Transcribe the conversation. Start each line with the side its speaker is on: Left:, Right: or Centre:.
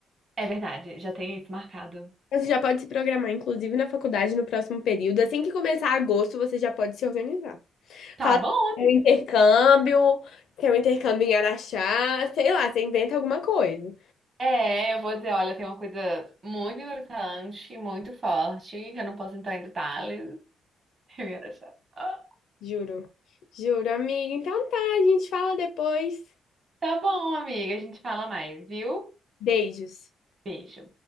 Right: É verdade, já tem isso marcado.
Left: Você já pode se programar, inclusive na faculdade, no próximo período. Assim que começar agosto, você já pode se organizar.
Right: Tá
Left: Fala
Right: bom,
Left: tem
Right: amiga.
Left: um intercâmbio, tem um intercâmbio em Araxá, sei lá, você inventa alguma coisa.
Right: É, eu vou dizer, olha, tem uma coisa muito importante, muito forte, que eu não posso entrar em detalhes. <laughs> Eu ia deixar. Ah,
Left: Juro. Juro, amiga. Então tá, a gente fala depois.
Right: Tá bom, amiga, a gente fala mais, viu?
Left: Beijos.
Right: Beijo.